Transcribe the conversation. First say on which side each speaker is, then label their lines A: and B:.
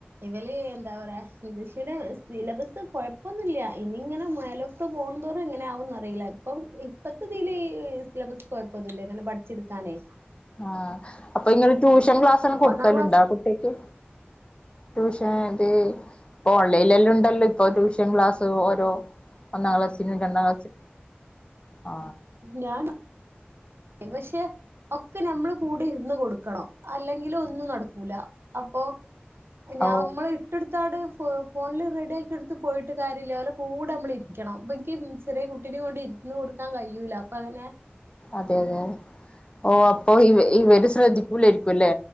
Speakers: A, on the right; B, on the left.
A: ഇവല് എന്താ പറയാ ഇംഗ്ലീഷിന്റെ സിലബസ് കൊഴപ്പൊന്നുമില്ല ഇനി ഇങ്ങനെ മേലെ ട്ട് പോന്തോറും എങ്ങനെ ആവുന്നറിയില്ല ഇപ്പം ഇപത്തതില് സിലബസ് കുഴപ്പൊന്നുല്ല ങ്ങനെ പഠിച്ചെടുക്കാനേ
B: ആഹ അപ്പൊ ഇങ്ങള് ട്യൂഷൻ ക്ലാസ്ന കൊടുക്കലുണ്ടോ
A: ഒന്നാം ക്ലാസ്
B: കുട്ടിക്ക് ട്യൂഷൻ ഇത് ഇപ്പ ഓൺലൈൻല്ലാം ഉണ്ടല്ലോ ഇപ്പൊ ട്യൂഷൻ ക്ലാസ് ഓരോ ഒന്നാം ക്ലാസ്, രണ്ടാം ക്ലാസ് ആ
A: ഞാൻ പക്ഷേ ഒക്കെ നമ്മൾ കൂടെ ഇരുന്ന് കൊടുക്കണം അല്ലെങ്കിൽ ഒന്നും നടക്കൂല അപ്പൊ നമ്മള്
B: ഓ
A: ട്ടോട്തടഫ ഫോണിൽ റെഡി ആക്കിയ എടുത്ത് പോയിട്ട് കാര്യമില്ല ഓലെ കൂടെ നമ്മള ഇരിക്കണം അപ്പോ എനി ചെറിയ കുട്ടിനെ കൊണ്ട് ഇരുന്ന് കൊടുക്കാൻ കഴിയൂല്ല അപ്പൊ അങ്ങനെ
B: അതെ അതെ ഓ അപ്പൊ ഈവര് ശ്രദ്ദിക്കുലേരിയ്കുലെ